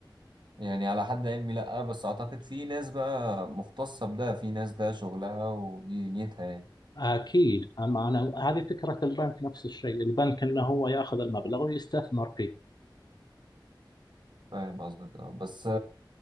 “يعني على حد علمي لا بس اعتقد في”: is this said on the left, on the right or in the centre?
Right